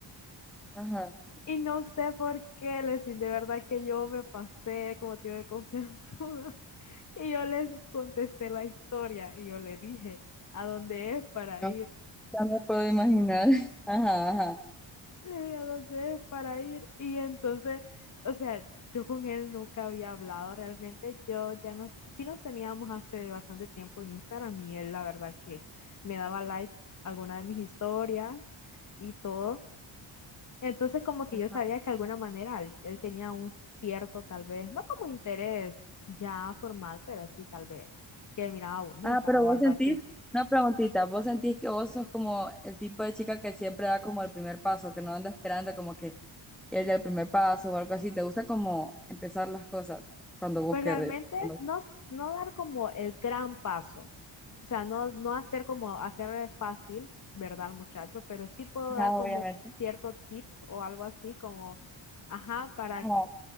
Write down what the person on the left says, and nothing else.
Y no sé por qué, lesin de verdad que yo me pasé como tío de confianzuda. <laughs> Y yo le contesté la historia y yo le dije, ¿a dónde es para
ir?
le di a dónde es para ir. Y entonces, o sea, yo con él nunca había hablado realmente. Yo ya nos, sí nos teníamos hace bastante tiempo en Instagram y él la verdad que me daba like a alguna de mis historias y todo. Entonces como que
yo sabía que de alguna manera él, él tenía un cierto tal vez, no como interés ya formal, pero sí tal vez, que me miraba bonita
o
algo
así.
Pues
realmente
no, s- no dar como el gran paso, o sea, no, no hacer como hacer fácil, ¿verdad, al muchacho? Pero sí puedo
dar como
cierto tip o algo así como, ajá, para
que,